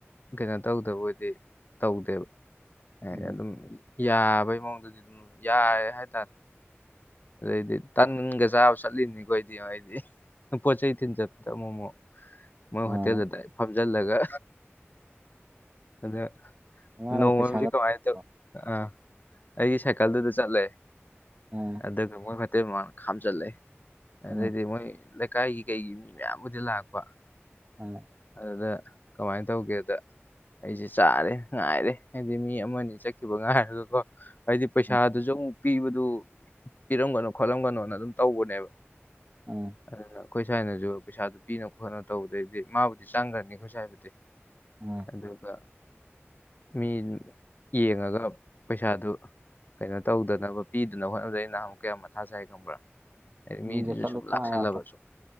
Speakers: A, on the left (about 40°); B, on the right (about 35°).
A: ꯀꯩꯅꯣ ꯇꯧꯗꯕꯗꯤ ꯇꯧꯗꯦꯕ ꯍꯥꯏꯗꯤ
B: ꯎꯝ
A: ꯑꯗꯨꯝ ꯌꯥꯕꯩ ꯃꯑꯣꯡꯗꯗꯤ ꯑꯗꯨꯝ ꯌꯥꯏ ꯍꯥꯏꯇꯥꯔꯦ ꯑꯗꯩꯗꯤ ꯇꯥꯟꯒ ꯆꯥꯕ ꯆꯠꯂꯤꯅꯤꯀꯣꯗꯤ ꯍꯥꯏꯗꯤ ꯄꯣꯠ ꯆꯩꯩ ꯊꯤꯟ ꯆꯠꯄꯗ ꯃꯣꯃꯣ ꯃꯣꯏ
B: ꯑꯥ
A: ꯍꯣꯇꯦꯜꯗꯨꯗ ꯐꯝꯖꯤꯜꯂꯒ ꯑꯗ
B: ꯃꯥꯅ
A: ꯅꯧꯃꯖꯤ
B: ꯄꯩꯁꯥꯒ
A: ꯀꯥꯏ ꯑꯗꯨ
B: ꯑꯥ
A: ꯑꯥ ꯑꯩꯒꯤ ꯁꯥꯏꯀꯜꯗꯨꯗ ꯆꯠꯂꯦ
B: ꯑꯣꯝ
A: ꯑꯗꯨꯒ ꯃꯣꯏ ꯐꯛꯇꯤ ꯃꯥꯅ ꯈꯥꯝꯖꯜꯂꯦ ꯑꯗꯨꯗꯩꯗꯤ
B: ꯑꯥ
A: ꯃꯣꯏ ꯀꯀꯥꯏꯒꯤ ꯀꯩꯒꯤ ꯃꯤ ꯃꯌꯥꯝꯕꯨꯗꯤ ꯂꯥꯛꯄ
B: ꯎꯝ
A: ꯑꯗꯨꯗ ꯀꯃꯥꯏꯅ ꯇꯧꯒꯦꯗ ꯑꯩꯁꯦ ꯆꯥꯔꯦ ꯉꯥꯏꯔꯦ ꯍꯥꯏꯗꯤ ꯃꯤ ꯑꯃꯅꯤ ꯆꯠꯈꯤꯕ ꯉꯥꯏꯔꯒꯀꯣ ꯍꯥꯏꯗꯤ ꯄꯩꯁꯥꯗꯨꯁꯨ
B: ꯑꯥ
A: ꯑꯃꯨꯛ ꯄꯤꯕꯗꯨ ꯄꯤꯔꯝꯒꯅꯨ ꯈꯣꯠꯂꯝꯒꯅꯣꯅ ꯑꯗꯨꯝ ꯇꯧꯕꯅꯦꯕ
B: ꯎꯝ
A: ꯑꯗꯨꯅ ꯑꯩꯈꯣꯏ ꯁ꯭ꯋꯥꯏꯅꯁꯨ ꯄꯩꯁꯥꯗꯨ ꯄꯤꯅ ꯈꯣꯠꯅ ꯇꯧꯕꯗꯩꯗꯤ ꯃꯥꯕꯨꯗꯤ ꯆꯪꯈ꯭ꯔꯅꯤ ꯑꯩꯈꯣꯏ ꯁ꯭ꯋꯥꯏꯕꯨꯗꯤ
B: ꯑꯣ
A: ꯑꯗꯨꯒ ꯃꯤ ꯌꯦꯡꯉꯒ ꯄꯩꯁꯥꯗꯨ ꯀꯩꯅꯣ ꯇꯧꯗꯅꯕ ꯄꯤꯗꯅꯕ ꯍꯣꯠꯅꯗ ꯑꯩ ꯅꯍꯥꯟꯨꯛ ꯀꯌꯥ ꯃꯊꯥ ꯁꯥꯏ ꯈꯪꯕ꯭ꯔꯥ ꯍꯥꯏꯗꯤ ꯃꯤꯗꯨꯁꯨ
B: ꯃꯤꯗꯣ ꯆꯠꯂꯨ
A: ꯁꯨꯝ
B: ꯁꯨꯡꯌꯥ
A: ꯂꯥꯛꯁꯜꯂꯕꯁꯨꯨꯝ
B: ꯌꯥꯗꯕ